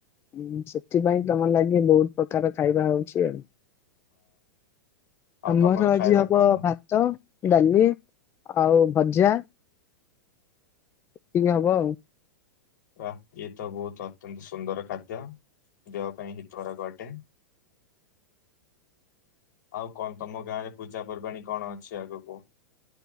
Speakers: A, on the left; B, on the left.
A: ହୁଁ ସେଥିପାଇଁ ତମର ଲାଗି ବହୁତ ପ୍ରକାର ଖାଇବା ହଉଚି ଆଉ।
B: ଆଉ
A: ଆମର
B: ତମର ଖାଇବା
A: ଆଜି ହବ
B: କଣ
A: ଭା ଭାତ ଡାଲି ଆଉ ଭଜା। ଏତିକି ହବ ଆଉ।
B: ବା ଇଏ ତ ବୋହୁତ ଅତ୍ୟନ୍ତ ସୁନ୍ଦର ଖାଦ୍ୟ ଦେହ ପାଇଁ ହି ତକାରକ ଅଟେ। ଆଉ କଣ ତମ ଗାଁ ରେ ପୂଜା ପର୍ବାଣୀ କଣ ଅଛି ଆଗକୁ?